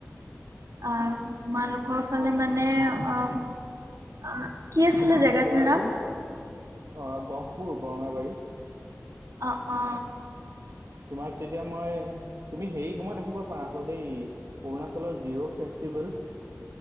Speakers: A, on the right; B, on the right.
A: অ তোমালোকৰ ফালে মানে অ অ কি আছিলে
B: তোমাৰ
A: জেগাটোৰ
B: অৰুণাচল
A: নাম?
B: অ গহপুৰ বৰঙাবাৰী।
A: অ, অ।
B: তোমাক তেতিয়া মই। তুমি সেই সময়ত আহিব পাৰা আকৌ দেই অৰুণাচলৰ জিৰ' ফেষ্টিভেল।